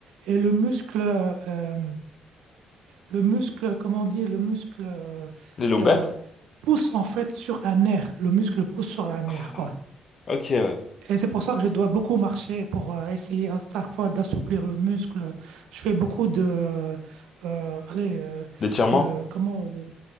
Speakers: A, on the right (about 80°); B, on the left (about 45°).
A: Et le muscle, euh, le muscle, comment on dit, le muscle euh,
B: Les lombaires?
A: euh, pousse en fait sur un nerf. Le muscle pousse sur un nerf,
B: Ah,
A: quoi.
B: Ok, ouais.
A: Et c'est pour ça que je dois beaucoup marcher pour euh, essayer à chaque fois d'assouplir le muscle. Je fais beaucoup de, euh, euh, allez, euh,
B: L'étirement?
A: de comment, de,